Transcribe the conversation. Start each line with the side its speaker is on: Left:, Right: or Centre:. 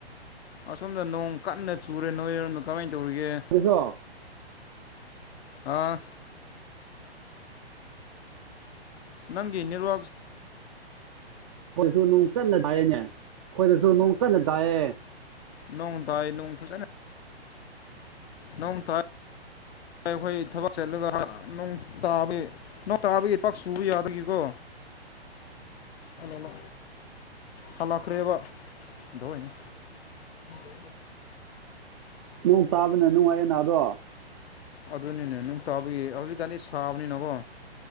Left: ꯑꯁꯣꯝꯗ ꯅꯣꯡ ꯀꯟꯅ ꯆꯨꯔꯦ ꯅꯣꯏꯔꯣꯝꯗ ꯀꯃꯥꯏ ꯇꯧꯔꯤꯒꯦ
Right: ꯑꯗꯨꯁꯨ
Left: ꯑꯥ ꯅꯪꯒꯤ ꯅꯦꯠꯋꯥꯥꯔꯛꯁ
Right: ꯑꯈꯣꯏꯗꯁꯨ ꯅꯣꯡ ꯀꯟꯅ ꯇꯥꯏꯌꯦꯅꯦ ꯑꯈꯣꯏꯗꯁꯨ ꯅꯣꯡ ꯀꯟꯅ ꯇꯥꯏꯌꯦ
Left: ꯅꯣꯡ ꯇꯥꯏ ꯅꯣꯡ ꯐꯖꯅ ꯅꯣꯡ ꯇꯥꯏ ꯑꯩꯈꯣꯏ ꯊꯕꯛ ꯆꯠꯂꯒ ꯅꯣꯡ ꯇꯥꯕꯤ ꯅꯣꯡ ꯇꯥꯕꯒꯤ ꯄꯥꯛ ꯁꯨꯕ ꯌꯥꯕꯒꯤꯀꯣ ꯑꯂ ꯂ ꯍꯂꯈꯔꯦꯕ ꯗꯣꯏ ꯎ <inaudible>
Right: ꯅꯣꯡ ꯇꯥꯕꯅ ꯅꯨꯡꯉꯥꯏꯌꯦꯅꯥ ꯑꯗꯣ
Left: ꯑꯗꯨꯅꯤꯅꯦ ꯅꯨꯡ ꯇꯥꯕꯒꯤ ꯍꯧꯖꯤꯛꯀꯥꯟꯗꯤ ꯁꯥꯕꯅꯤꯅꯀꯣ